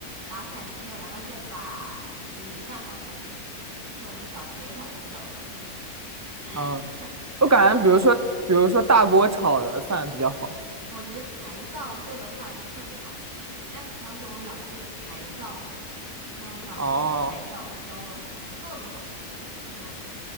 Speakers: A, on the right; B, on the right.
A: 打散之后，然后再把就是米饭放下去，这是我们小学老师教的。<laughs>
B: 啊，我感觉比如说比如说大锅炒的饭比较好。
A: 然后我觉得柴灶做的饭特别好吃，那个时候是我们老师的柴灶，就是我们老师的柴灶教我们的，
B: 哦。
A: 特别好吃。然后，